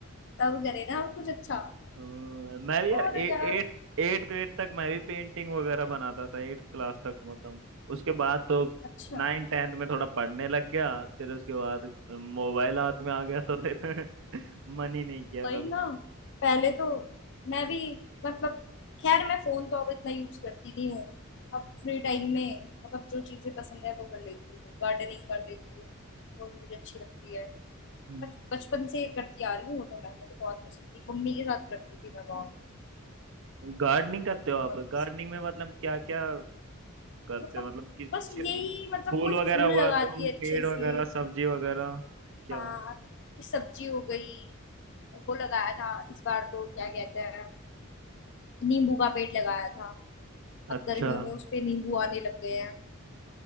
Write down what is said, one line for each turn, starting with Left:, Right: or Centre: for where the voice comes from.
Left: तब करे ना हम कुछ अच्छा
Right: अम्म, मैं भी यार
Left: और
Right: एट
Left: यार
Right: एट तो एट तक मैं भी पेंटिंग वगैरह बनाता था एट क्लास तक मतलब उसके बाद तो
Left: अच्छा
Right: नाइन टेंथ में थोड़ा पढ़ने लग गया फिर उसके बाद मोबाइल हाथ में आ गया तो फिर <laughs> मन ही नहीं किया
Left: वही
Right: कभी
Left: ना पहले तो मैं भी मतलब खैर मैं फोन तो अब इतना यूज करती नहीं हूँ अब फ्री टाइम में मतलब जो चीजें पसंद है वो कर लेती हूँ गार्डनिंग कर लेती हूँ वो मुझे अच्छी लगती है
Right: हम्म।
Left: बच- बचपन से करती आ रही हूँ वो तो मैं मुझे बहुत पसंद थी मम्मी के साथ करती थी मैं बहुत
Right: गार्डनिंग करते हो आप
Left: बहुत पसंद
Right: गार्डनिंग में मतलब क्या क्या करते
Left: मतलब
Right: हो मतलब कि
Left: बस
Right: सिर्फ
Left: यही मतलब
Right: फूल
Left: कोई
Right: वगैरह
Left: फूल
Right: हुआ
Left: लगा
Right: तुम
Left: दिए अच्छे
Right: पेड़ वगैरह
Left: से
Right: सब्जी वगैरह क्या
Left: हाँ कोई सब्जी हो गई वो लगाया था इस बार तो क्या कहते हैं नींबू का पेड़ लगाया था अब
Right: अच्छा
Left: गर्मियों में उस पे नींबू आने लग गए हैं